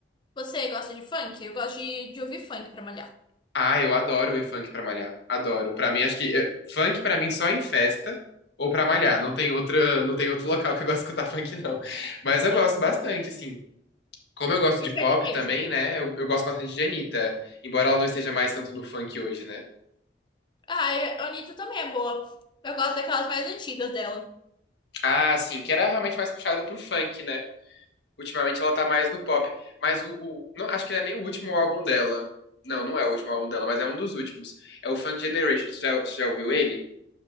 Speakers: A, on the left; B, on the left.
A: Você gosta de funk? Eu gosto de, de ouvir funk pra malhar.
B: Ah, eu adoro ouvir funk pra malhar. Adoro. Pra mim, acho que eh, funk pra mim só em festa ou pra malhar. Não tem outra, não tem outro <laughs> local que eu gosto de escutar funk, não. Mas eu
A: É,
B: gosto
A: não.
B: bastante, assim. Como eu gosto de
A: E Sertanejo.
B: pop também, né? Eu, eu gosto bastante de Anitta, embora ela não esteja mais tanto no funk hoje, né?
A: Ah, e a Anitta também é boa. Eu gosto daquelas mais antigas dela.
B: Ah, sim, que era realmente mais puxada pro funk, né? Ultimamente ela tá mais no pop, mas o, o- não, acho que não é nem o último álbum dela. Não, não é o último álbum dela, mas é um dos últimos. É o Funk Generation, você já, você já ouviu ele?